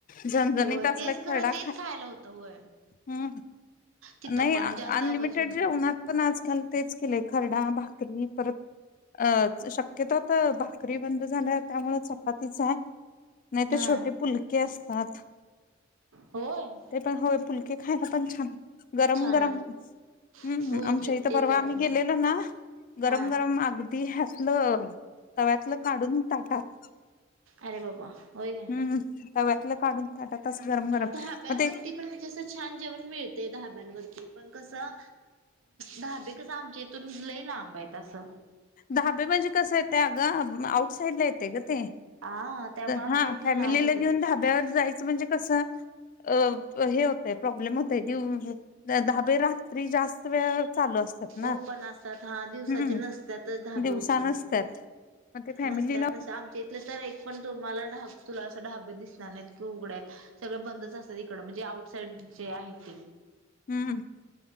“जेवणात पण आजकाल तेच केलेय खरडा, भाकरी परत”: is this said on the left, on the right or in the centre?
Left